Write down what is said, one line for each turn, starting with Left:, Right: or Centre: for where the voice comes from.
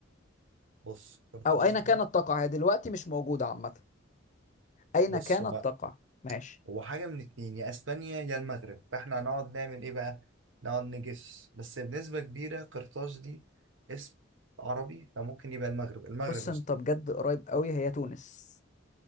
Right: بص قرطاج
Left: أو أين كانت
Right: دي
Left: تقع هي دلوقتي مش موجودة عامة أين
Right: بص
Left: كانت
Right: بقى
Left: تقع ماشي
Right: هو حاجة من اتنين يا اسبانيا يا المغرب فاحنا هنقعد نعمل ايه بقى نقعد نجس بس بنسبة كبيرة قرطاج دي اسم عربي فممكن يبقى المغرب المغرب
Left: بص
Right: يا
Left: أنت
Right: اسطى
Left: بجد قريب قوي هي تونس